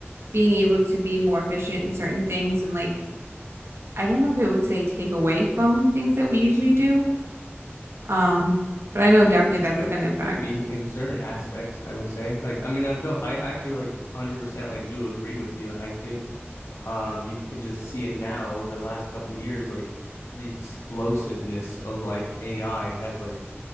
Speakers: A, on the right; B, on the left.
A: being able to be more efficient in certain things and like I don't know if it would say take away from things that we usually do. Um, but I know
B: I
A: definitely
B: mean, it
A: that's
B: could
A: going to impact.
B: could be in certain aspects, I would say. Like, I mean, I don't, I actually like 100% like do agree with you. I think um you can just see it now over the last couple of years, like the explosiveness of like AI has like